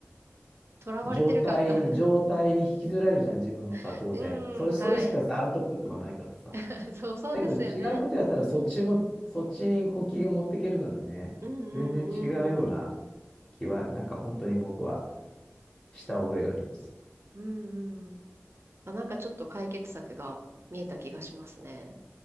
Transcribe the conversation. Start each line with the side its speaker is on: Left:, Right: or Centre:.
Right: 囚われてる感が
Left: 状態に、状態に引きずられるじゃん、自分もさ、
Right: <laughs>
Left: 当然。
Right: うん、
Left: そ、
Right: はい。
Left: それしかさ、アウトプットがないからさ。
Right: <laughs> そう、そうですよね。
Left: だけど、違うことやったら、そっちも、そっちにこう気が持っていけるからね。
Right: うん
Left: 全然違うような
Right: うんうん。
Left: 気は、なんか本当に僕はした覚えがあります。
Right: うんうん。あ、なんかちょっと解決策が見えた気がしますね。